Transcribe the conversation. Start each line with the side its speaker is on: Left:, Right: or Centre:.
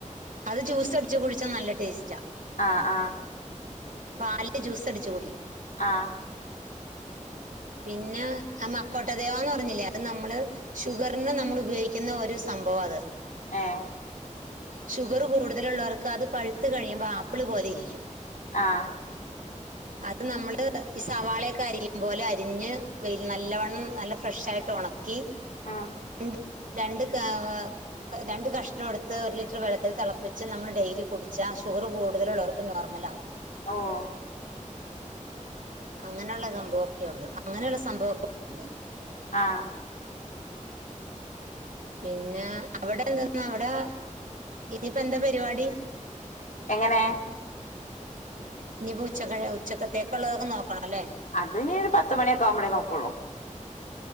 Right: അത് ജ്യൂസ് അടിച്ച് കുടിച്ചാ നല്ല ടേസ്റ്റാ
Left: ആഹ് ആഹ്
Right: പാല്ൽ ജ്യൂസ് അടിച്ചു കുടിക്കും
Left: ആഹ്
Right: പിന്നെ ആ മക്കോട്ടദേവാന്ന് പറഞ്ഞില്ലേ അത് നമ്മള് ഷുഗറിന് നമ്മൾ ഉപയോഗിക്കുന്ന ഒരു സംഭവാ അത്
Left: ഏഹ്
Right: ഷുഗർ കൂടുതലുള്ളോർക്ക് അത് പഴുത്ത് കഴിയുമ്പോ ആപ്പിള് പോലെ ഇരിക്കും
Left: ആഹ്
Right: അത് നമ്മള് ഈ സവാളയൊക്കെ അരിയും പോലെ അരിഞ്ഞ് വെയ് നല്ലവണ്ണം നല്ല ഫ്രഷ് ആയിട്ട് ഉണക്കി
Left: ഉം
Right: രണ്ട് രണ്ട് കാവ രണ്ട് കഷ്ണം എടുത്ത് ഒരു ലിറ്റർ വെള്ളത്തിൽ തിളപ്പിച്ച് നമ്മള് ഡെയിലി കുടിച്ചാൽ ഷുഗർ കൂടുതലുള്ളോർക്ക് നോർമൽ ആകും
Left: ഓഹ്
Right: അങ്ങനെയുള്ള സംഭവൊക്കെ ഉള്ളു അങ്ങനെയുള്ള സംഭവം ഒകെയുണ്ട്
Left: ആഹ്
Right: പിന്നെ അവിടെ എന്തോന്നാ അവിടെ ഇനിയിപ്പ എന്താ പരിപാടി
Left: എങ്ങനെ
Right: ഇനിയിപ്പോ ഉച്ചക്കഴ് ഉച്ചക്കത്തേക്ക് ഇള്ളതൊക്കെ നോക്കണംല്ലേ
Left: അത്‌ ഇനി ഒരു പത്ത് മണിയൊക്ക ആകുമ്പോഴേ നോക്കൊള്ളും